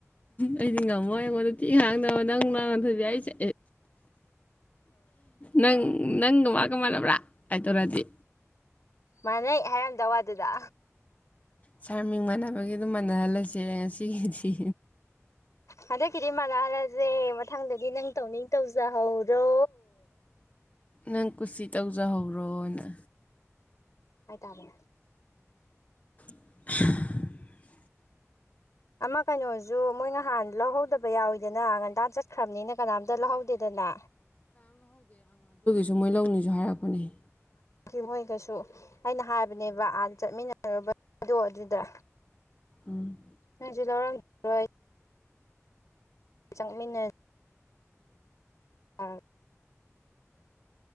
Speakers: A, on the left (about 30°); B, on the left (about 75°).
A: ꯑꯩꯗꯤ ꯉꯝꯃꯣꯏ ꯑꯩꯉꯣꯟꯗ ꯊꯤ ꯉꯥꯡꯅꯕ ꯅꯪꯂꯥ ꯋꯥꯟꯊꯣꯏꯕꯤ ꯍꯥꯏꯁꯦ ꯅꯪ ꯅꯪꯒ ꯃꯥꯒ ꯃꯥꯟꯅꯕ꯭ꯔꯥ ꯀꯥꯏ ꯇꯧꯔꯗꯤ
B: ꯃꯥꯅꯩ ꯍꯥꯏꯔꯝꯗꯧꯕ ꯑꯗꯨꯗ
A: ꯁꯔ ꯃꯤꯡ ꯃꯥꯟꯅꯕꯒꯤ ꯑꯗꯨꯝ ꯃꯥꯟꯅꯍꯜꯂꯖꯦ ꯉꯁꯤꯒꯤꯗꯤ
B: ꯍꯟꯗꯛꯀꯤꯗꯤ ꯃꯥꯟꯅꯍꯜꯂꯖꯦ ꯃꯊꯪꯗꯗꯤ ꯅꯪ ꯇꯧꯅꯤꯡ ꯇꯧꯖꯍꯧꯔꯣ
A: ꯅꯪ ꯀꯨꯁꯤ ꯇꯧꯖꯍꯧꯔꯣꯅ
B: ꯍꯥꯏ ꯇꯥꯕꯅꯦ
A: <unintelligible>
B: ꯑꯃ ꯀꯩꯅꯣꯖꯨ ꯃꯣꯏ ꯅꯍꯥꯟ ꯂꯧꯍꯧꯗꯕ ꯌꯥꯎꯋꯤꯗꯅ ꯉꯟꯇꯥ ꯆꯠꯈ꯭ꯔꯕꯅꯤꯅ ꯀꯅꯥꯝꯇ ꯂꯧꯍꯧꯗꯦꯗꯅ
A: ꯗꯨ ꯃꯣꯏ ꯂꯧꯅꯤꯖꯨ ꯍꯥꯏꯔꯛꯄꯅꯦ
B: ꯃꯣꯏꯀꯩꯁꯨ ꯑꯩꯅ ꯍꯥꯏꯕꯅꯦꯕ ꯑꯥ ꯆꯠꯃꯤꯟꯅꯔꯨꯕꯗꯣ ꯑꯗꯨꯗ
A: ꯎꯝ
B: ꯅꯪꯖꯨ ꯂꯧꯎꯔꯝ ꯔꯣꯏ ꯆꯪꯃꯤꯟꯅ ꯑꯥ